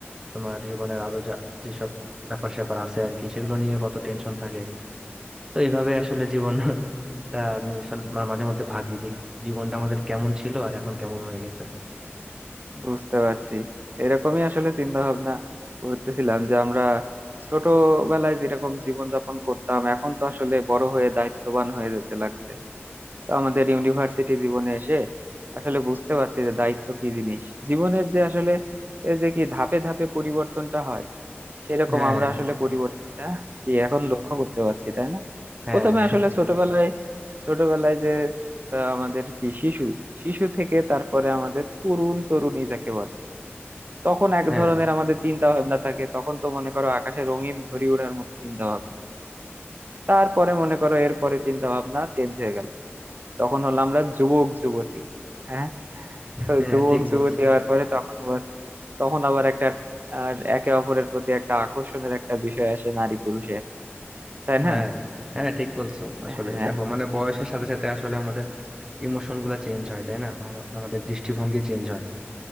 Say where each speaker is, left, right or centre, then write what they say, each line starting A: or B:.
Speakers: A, on the right; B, on the right.
A: তোমার জীবনের আরো যা যেসব ব্যাপার স্যাপার আছে আর কি সেগুলো নিয়ে কত টেনশন থাকে তো এইভাবে আসলে জীবন তা আমি আসলে মা- মাঝে মধ্যে ভাবি যে জীবনটা আমাদের কেমন ছিল আর এখন কেমন হয়ে গেছে
B: বুঝতে পারছি এরকমই আসলে চিন্তা ভাবনা করতেছিলাম যে আমরা ছোটবেলায় যেরকম জীবন যাপন করতাম এখন তো আসলে বড় হয়ে দায়িত্ববান হয়ে যেতে লাগছে তো আমাদের ইউনিভার্সিটি জীবনে এসে আসলে বুঝতে পারছি যে দায়িত্ব কি জিনিস জীবনের যে আসলে এই যে কি ধাপে ধাপে পরিবর্তনটা হয় সেরকম
A: হ্যাঁ
B: আমরা আসলে পরিবর্তনটা কি এখন লক্ষ্য করতে পারছি তাই না
A: হ্যাঁ
B: প্রথমে আসলে ছোটবেলায় ছোটবেলায় যে আহ, আমাদের কি শিশু শিশু থেকে তারপরে আমাদের তরুণ তরুণী যাকে বলে তখন এক
A: হ্যাঁ
B: ধরনের আমাদের চিন্তা ভাবনা থাকে তখন তো মনে করো আকাশে রঙিন ঘুড়ি ওড়ার মতো চিন্তা ভাবনা তারপরে মনে করো এরপরে চিন্তা ভাবনা চেঞ্জ হয়ে গেল তখন হলো আমরা যুবক যুবতী হ্যাঁ তো
A: হ্যাঁ
B: যুবক
A: ঠিক
B: যুবতী
A: বলছো
B: হওয়ার পরে তখন আবার তখন আবার একটা আর একে অপরের প্রতি একটা আকর্ষণের একটা বিষয় আসে নারী পুরুষের তাই না
A: হ্যাঁ হ্যাঁ ঠিক বলছো আসলে
B: হ্যাঁ
A: দেখো মানে বয়সের সাথে সাথে আসলে আমাদের ইমোশন গুলা চেঞ্জ হয় তাই না আমা- আমাদের দৃষ্টিভঙ্গি চেঞ্জ হয়